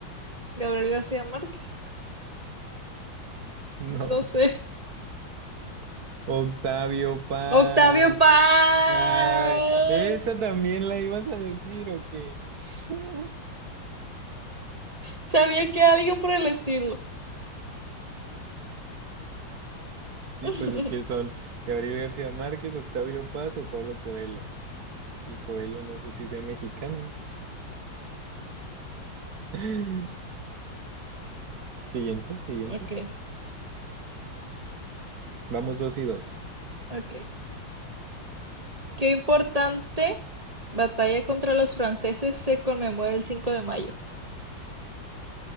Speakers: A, on the right; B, on the right.
A: Gabriel García Márquez.
B: No.
A: No sé.
B: Octavio Paz.
A: Octavio Paz.
B: Ay, esa también la ibas a decir, ¿o qué? <laughs>
A: Sabía que alguien por el estilo.
B: Sí,
A: <laughs>
B: pues es que son Gabriel García Márquez, Octavio Paz o Pablo Coelho. Y Coelho no sé si sea mexicano. <laughs> Siguiente, siguiente.
A: Ok,
B: Vamos dos y dos.
A: ok. ¿Qué importante batalla contra los franceses se conmemora el 5 de mayo?